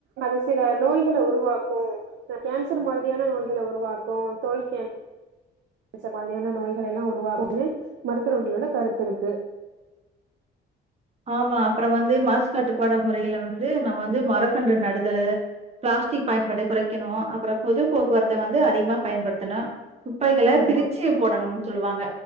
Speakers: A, on the right; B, on the right.
A: அது சில நோய்கள உருவாக்கூ கேன்சரு மாதிரியான நோய்கள உருவாக்கு தோல் கேன் சர் மாதிரியான நோய்களைலா உருவாக்குணு மருத்துரகளோட கருத்துருக்கு
B: ஆமா அப்றோ வந்து மாசு கட்டுப்பாடு முறைகள வந்து நம்ம வந்து மரக்கன்று நடுதலூ பிளாஸ்டிக் பயன்பாட்ட குறைக்கணூ அப்புறொ பொது போக்குவரத்த வந்து அதிகமா பயன்படுத்தணு குப்பைகள
A: ஆமா
B: பிரிச்சி போடணும் சொல்லுவாங்க